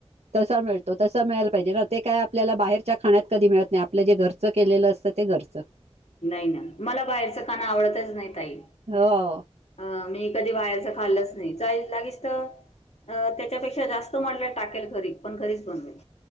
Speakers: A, on the right (about 80°); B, on the left (about 80°).
A: तसा मिळत त तसा मिळायला पाहिजे ना ते काय आपल्याला बाहेरच्या खाण्यात कधी मिळत नाही आपलं जे घर च केलेलं असतं ते घरचं
B: नाही ना मला बाहेरचं काणं आवडतच नाही ताई
A: हो
B: अ मी कधी बाहेरच खाल्लच नाही चाई लागेच तर अ त्याच्यापेक्षा जास्त मडले टाकेल खरी पण घरीच बनवेल